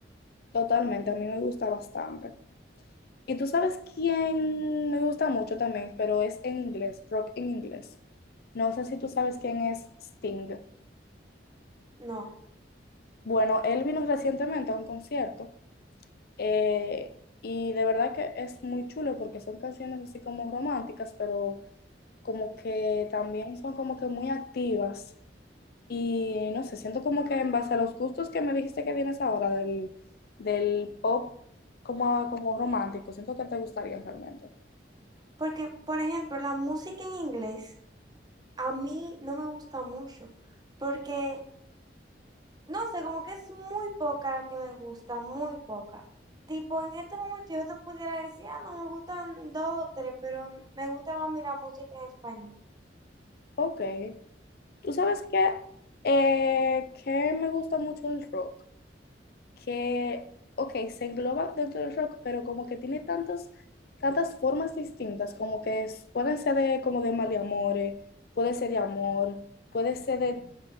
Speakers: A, on the left; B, on the right.
A: totalmente. A mí me gusta bastante. Y tú sabes quién me gusta mucho también, pero es en inglés, rock en inglés. No sé si tú sabes quién es Sting.
B: No,
A: Bueno, él vino recientemente a un concierto eh, y de verdad que es muy chulo porque son canciones así como románticas, pero como que también son como que muy activas. Y no sé, siento como que en base a los gustos que me dijiste que tienes ahora del, del pop como, como romántico, siento que te gustaría realmente.
B: porque, por ejemplo, la música en inglés a mí no me gusta mucho, porque No sé, como que es muy poca la que me gusta, muy poca. Tipo, en este momento yo te pudiera decir, ah, no me gustan dos o tres, pero me gusta más mirar música en español.
A: Ok. Tú sabes que, eh, que me gusta mucho el rock, que, ok, se engloba dentro del rock, pero como que tiene tantas, tantas formas distintas, como que es- pueden ser de, como de maleamores, puede ser de amor, puede ser de,